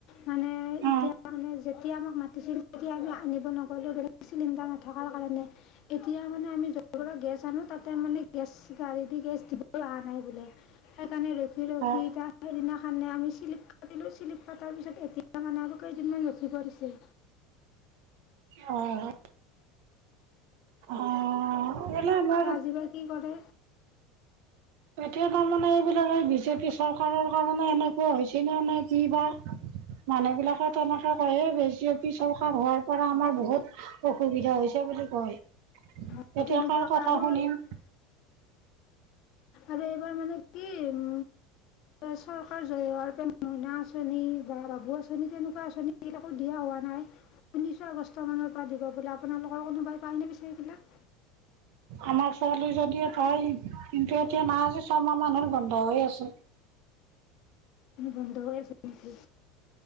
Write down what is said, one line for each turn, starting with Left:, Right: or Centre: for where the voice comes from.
Left: মানে
Right: অ
Left: এতিয়া মানে যেতিয়া আমাক মাতিছিল তেতিয়া আমি আনিব নগ'লো চিলিণ্ডাৰ নথকাৰ কাৰণে। এতিয়া মানে আমি য'ৰপৰা গেছ আনো তাতে মানে গেছ গাড়ী গেছ দিবলে অহা নাই বোলে সেইকাৰণে ৰখি ৰখি
Right: অ অ
Left: এতিয়া সেইদিনাখনেই আমি চিলিণ্ডাৰ <unintelligible> তাৰ পিছত এতিয়া মানে আৰু কেইদিনমান ৰখিব দিছে।
Right: অ', অ' <unintelligible>
Left: ইবাৰ কি কৰে।
Right: এতিয়া তাৰ মানে এইবিলাক এই বিজেপি চৰকাৰৰ কাৰণে এনে কুৱা হৈছেনে নে কি বা? মানুহ বিলাকে তেনেকে কয়ে বিজেপি চৰকাৰ হোৱাৰ- পৰা আমাৰ বহুত অসুবিধা হৈছে বুলি কয়
Left: হয়
Right: এতিয়া
Left: তেনেকুৱাকৈ
Right: কাৰ কথা
Left: আৰু
Right: শুনিম?
Left: হয় আৰু এইবাৰ মানে কি উম চৰকাৰ জয়ী হোৱাৰ পৰা মইনা আঁচনি বা বাবু আঁচনি তেনেকুৱা আঁচনি একো দিয়া হোৱা নাই ঊনৈছ আগষ্ট মানৰ পৰা দিব বোলে আপোনালোকৰ কোনোবাই পায়নে পিছে এইবিলাক?
Right: আমাৰ ছোৱালী জনীয়ে পায়। কিন্তু এতিয়া নাই আজি ছমাহ মান হ'ল বন্ধ হৈ আছে।
Left: উম বন্ধ হৈ আছে নেকি?